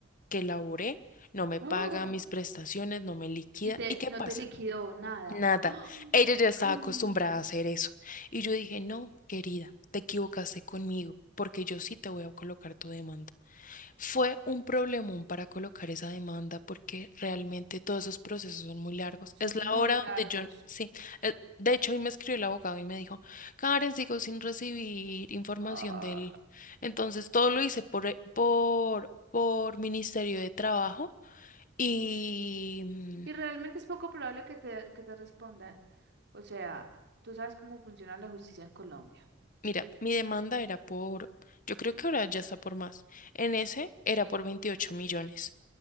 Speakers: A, on the left; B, on the right.
A: que laboré, no me
B: <gasps>
A: paga
B: ¡Oh!
A: mis prestaciones, no me liquida.
B: Y te,
A: ¿Y qué
B: no
A: pasa?
B: te liquidó nada.
A: Nada.
B: <gasps> ¡Ah!
A: Ella ya estaba
B: Ay.
A: acostumbrada a hacer eso. Y yo dije, no, querida, te equivocaste conmigo, porque yo sí te voy a colocar tu demanda. Fue un problemón para colocar esa demanda, porque realmente todos esos procesos son muy largos.
B: Son
A: Es la
B: muy
A: hora
B: largos.
A: donde yo, sí, eh, de hecho hoy me escribió el abogado y me dijo, Karen, sigo sin recibir información
B: Ah,
A: de él. Entonces todo lo hice por, eh, por, por Ministerio de Trabajo. Y, mm,
B: Y realmente es poco probable que te, que te respondan. O sea, tú sabes cómo funciona la justicia en Colombia.
A: Mira, mi demanda era por, yo creo que ahora ya está por más. En ese era por 28 millones.